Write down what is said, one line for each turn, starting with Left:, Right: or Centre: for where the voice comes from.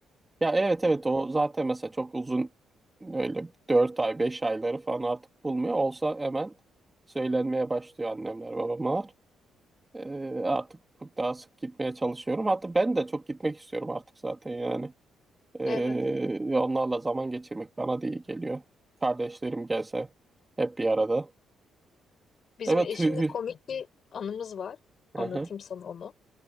Right: Ya evet evet o zaten mesela çok uzun öyle 4 ay 5 ayları falan artık bulmuyor. Olsa hemen söylenmeye başlıyor annemler babamlar. Ee, artık çok daha sık gitmeye çalışıyorum. Hatta ben de çok gitmek istiyorum artık zaten yani. Ee,
Left: Evet.
Right: onlarla zaman geçirmek bana da iyi geliyor. Kardeşlerim gelse hep bir arada.
Left: Bizim
Right: Evet
Left: eşimle
Right: hü hü.
Left: komik bir anımız var. Anlatayım
Right: Hı
Left: sana onu.